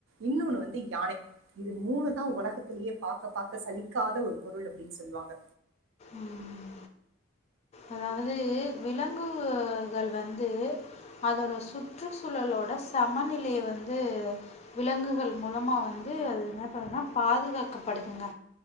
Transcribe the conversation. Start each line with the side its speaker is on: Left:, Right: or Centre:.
Right: இன்னொன்னு வந்து யானை இது மூனுதா உலகத்திலேயே பாக்க பாக்க சலிக்காத ஒரு பொருள் அப்டின்னு சொல்லுவாங்க
Left: ம். அதாவது விலங்குகள் வந்து அதோட சுற்றுச்சூழலோட சமநிலய வந்து விலங்குகள் மூலமாக வந்து அது என்ன பன்னோனா பாதுகாக்கப்படுதுங்க